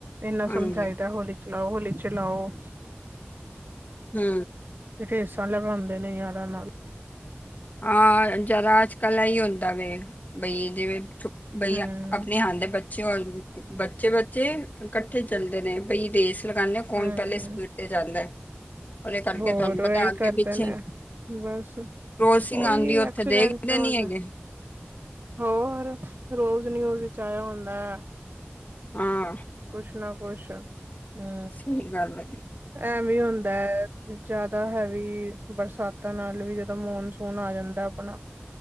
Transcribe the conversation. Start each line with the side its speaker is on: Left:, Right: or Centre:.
Right: ਇੰਨਾ
Left: ਹਾਂਜੀ
Right: ਸਮਝਾਈਦਾ ਹੋਲੀ ਚਲਾਓ, ਹੋਲੀ ਚਲਾਓ।
Left: ਹੂ।
Right: ਰੇਸਾਂ ਲਗਾਂਦੇ ਨੇ ਯਾਰਾਂ ਨਾਲ।
Left: ਹਾਂ, ਜਰਾ ਅੱਜ ਕੱਲ ਇਹ ਹੀ ਹੁੰਦਾ ਵੇ ਬਈ ਜਿਵੇਂ ਬਈ
Right: ਹਮ
Left: ਆਪਣੇ ਹਾਣ ਦੇ ਬੱਚੇ-ਬੱਚੇ-ਬੱਚੇ ਇਕੱਠੇ ਚਲਦੇ ਨੇ ਬਈ ਰੇਸ ਲਗਾਨੇ ਆ ਕੌਣ
Right: ਹਮ
Left: ਪਹਿਲੇ ਸਪੀਡ ਤੇ ਜਾਂਦਾ ਹੈ, ਉਹਦੇ ਕਰਕੇ
Right: ਹੋਰ
Left: ਤੁਹਾਨੂੰ ਪਤਾ
Right: ਇਹੀ
Left: ਅੱਗੇ
Right: ਕਰਦੇ
Left: ਪਿੱਛੇ
Right: ਨੇ ਬਸ,
Left: ਕਰੋਸਿੰਗ
Right: ਓਹੀ
Left: ਆਉਂਦੀ ਉੱਥੇ
Right: ਐਕਸੀਡੈਂਟ
Left: ਦੇਖਦੇ
Right: ਅੱਜ
Left: ਨੀ ਹੈਗੇ
Right: ਹੋਰ ਰੋਜ਼ ਨਿਊਜ਼ ਵਿਚ ਆਇਆ ਹੁੰਦਾ ਹੈ।
Left: ਹਾਂ।
Right: ਕੁਛ ਨਾ ਕੁਛ, ਹਮ
Left: ਸਹੀ ਗੱਲ ਹੈ
Right: ਐਵੀ ਹੁੰਦਾ ਹੈ, ਜ਼ਿਆਦਾ ਹੈਵੀ ਬਰਸਾਤਾਂ ਨਾਲ ਵੀ ਜਦੋਂ ਮੌਨਸੂਨ ਆ ਜਾਂਦਾ ਆਪਣਾ